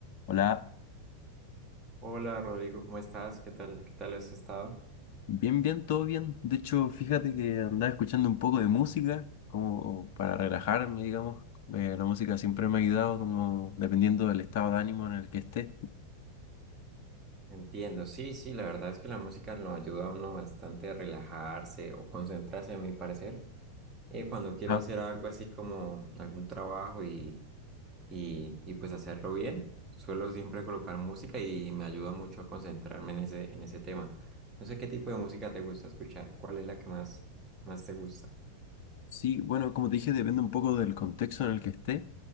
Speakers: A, on the left; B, on the right.
A: Hola,
B: Hola Rodrigo, ¿cómo estás? ¿Qué tal? ¿Qué tal has estado?
A: bien, bien, todo bien. De hecho, fíjate que andaba escuchando un poco de música, como para relajarme, digamos. Eh, la música siempre me ha ayudado, como dependiendo del estado de ánimo en el que esté.
B: Entiendo, sí, sí, la verdad es que la música lo ayuda a uno bastante a relajarse o concentrarse, a mi parecer. Eh, cuando quiero
A: Ajá.
B: hacer algo así como algún trabajo y, y, y pues hacerlo bien, suelo siempre colocar música y me ayuda mucho a concentrarme en ese, en ese tema. No sé qué tipo de música te gusta escuchar, cuál es la que más, más te gusta.
A: Sí, bueno, como te dije, depende un poco del contexto en el que esté,